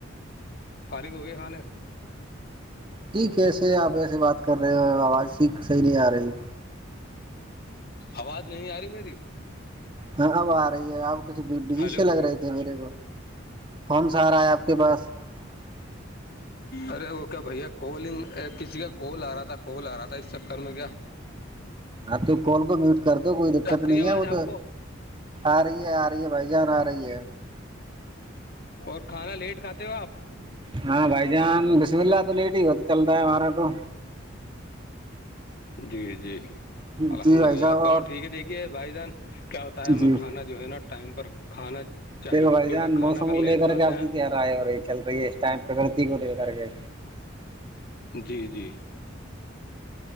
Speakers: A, on the left; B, on the right.
A: فارغ ہو گئے کھانے سے
B: ٹھیک کیسے آپ ایسے بات کر رہے ہو آواز سھیک صحیح نہیں آ رہی
A: آواز نہیں آ رہی میری
B: ہاں اب آ رہی ہے اپ کچھ بجی
A: ہلو
B: سے لگ رہے تھے میرے کو فون س آارا ہے آپ کے پاس <unintelligible>
A: ارے وہ کیا بھیا کالنگ کسی کا کال آ رہا تھا کال آ رہا تھا اس چکر میں کیا <unintelligible>
B: آپ کے کال کو میوٹ کر د تو کوئی دقت
A: آ رہی
B: نہیں
A: آواز
B: ہے وہ
A: آپ
B: تو
A: کو
B: آ رہی ہے آ رہی ہے بھائی جان آ رہی ہے
A: اور کھانا لیٹ کھاتے ہو آپ
B: ہاں بھائی جان بسم اللہ تو لیٹ ہی ہو تو چلتا ہے ہمارا تو
A: جی جی
B: جی
A: الحمد
B: بھائی
A: للہ
B: صاحب
A: چلو
B: اور
A: ٹھیک ہے دیکھیے بھائی جان کیا بتایا
B: جی
A: ہمیں کھانا جو ہے نا ٹائم پر کھانا چاہیے
B: دلو بھائی
A: کیونکہ
B: جان
A: کھانا
B: موسم
A: اگر لیٹ
B: کو لے کر
A: کھاتے
B: کے آپ
A: ہیں
B: کی کیاہ رائے ہو رہی ہے چل رہی ہے اس ٹائم پرکتی کو لے کر کے
A: جی جی